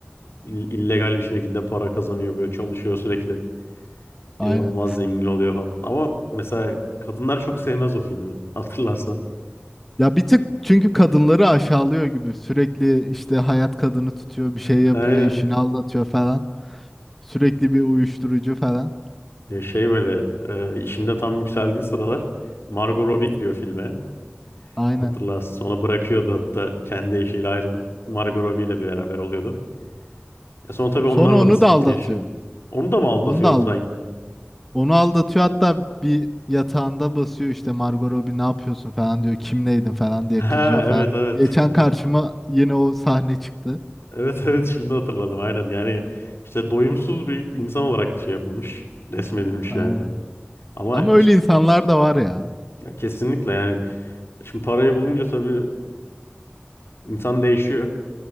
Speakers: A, on the left (about 80°); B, in the centre.
A: ill- illegal bir şekilde para kazanıyor, böyle çalışıyor sürekli.
B: Aynen.
A: İnanılmaz zengin oluyor falan. Ama mesela kadınlar çok sevmez o filmi. <laughs> Hatırlarsan.
B: Ya bir tık çünkü kadınları aşağılıyor gibi sürekli işte hayat kadını tutuyor bir şey yapıyor
A: Aynen.
B: eşini aldatıyor falan. Sürekli bir uyuşturucu falan.
A: Ya şey böyle e, işinde tam yükseldiği sıralar Margot Robbie giriyor filme.
B: Aynen.
A: Hatırlarsın. Sonra bırakıyordu hatta kendi eşiyle ayrılıp Margot Robbie ile bir beraber oluyordu. E sonra tabii onlarla
B: Sonra onu
A: da sıkıntı
B: da aldatıyor.
A: yaşıyordu. Onu da mı aldatıyordu
B: Onu da aldı.
A: sanki? <laughs>
B: Onu aldatıyor hatta bir yatağında basıyor işte Margot Robbie ne yapıyorsun falan diyor. Kimleydin falan diye
A: Ha
B: kızıyor
A: evet
B: falan.
A: evet.
B: Geçen
A: <laughs>
B: karşıma yine o sahne çıktı.
A: Evet evet şimdi hatırladım aynen. Yani işte doyumsuz bir insan olarak şey yapılmış. Resmedilmiş
B: Aynen.
A: yani. Ama
B: Ama
A: işte
B: öyle insanlar da var ya.
A: ya kesinlikle yani E, Şimdi parayı bulunca tabii e, insan değişiyor.